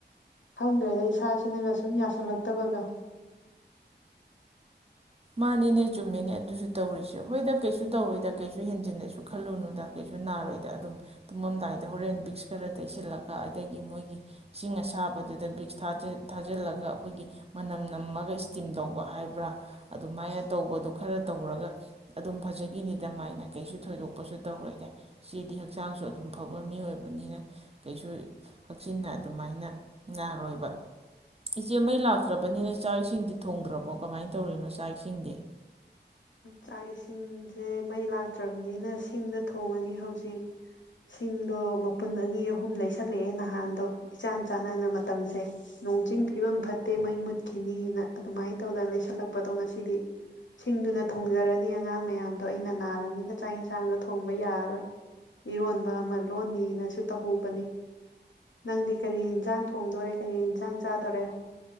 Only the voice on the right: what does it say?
ꯃꯥꯅꯦꯅꯦ ꯆꯨꯝꯃꯦꯅꯦ ꯑꯗꯨꯁꯨ ꯇꯧꯔꯤꯁꯦ ꯍꯣꯏꯗ ꯀꯩꯁꯨ ꯇꯧꯔꯣꯏꯗ ꯀꯩꯁꯨ ꯍꯦꯟꯖꯤꯟꯅꯁꯨ ꯈꯜꯂꯨꯅꯨꯗ ꯀꯩꯁꯨ ꯅꯥꯔꯣꯏꯗ ꯑꯗꯨꯝ ꯇꯨꯝꯃꯝꯗꯥꯏꯗ ꯍꯣꯔꯦꯟ ꯕꯤꯛꯁ ꯈꯔ ꯇꯩꯁꯤꯜꯂꯒ ꯑꯗꯒꯤ ꯃꯣꯏꯒꯤ ꯏꯁꯤꯡ ꯑꯁꯥꯕꯗꯨꯗ ꯕꯤꯛꯁ ꯊꯥꯖꯤꯜ-ꯊꯥꯖꯤꯜꯂꯒ ꯑꯩꯈꯣꯏꯒꯤ ꯃꯅꯝ ꯅꯝꯃꯒ ꯏꯁꯇꯤꯝ ꯇꯧꯕ ꯍꯥꯏꯕ꯭ꯔꯥ ꯑꯗꯨꯃꯥꯏꯅ ꯇꯧꯕꯗꯨ ꯈꯔ ꯇꯧꯔꯒ ꯑꯗꯨꯝ ꯐꯖꯈꯤꯅꯤꯗ ꯃꯥꯏꯅ ꯀꯩꯁꯨ ꯊꯣꯏꯗꯣꯛꯄꯁꯨ ꯇꯧꯔꯣꯏꯗ ꯏꯆꯦꯗꯤ ꯍꯛꯆꯥꯡꯁꯨ ꯑꯗꯨꯝ ꯐꯕ ꯃꯤ ꯑꯣꯏꯕꯅꯤꯅ ꯀꯩꯁꯨ ꯍꯛꯆꯤꯟꯅ ꯑꯗꯨꯃꯥꯏꯅ ꯌꯥꯔꯣꯏꯕ ꯏꯆꯦ ꯃꯩ ꯂꯥꯛꯇ꯭ꯔꯕꯅꯤꯅ ꯆꯥꯛ ꯏꯁꯤꯡꯗꯤ ꯊꯣꯡꯗ꯭ꯔꯕꯣ ꯀꯃꯥꯏꯅ ꯇꯧꯔꯤꯅꯣꯁꯦ ꯀꯥꯏꯁꯤꯡꯗꯤ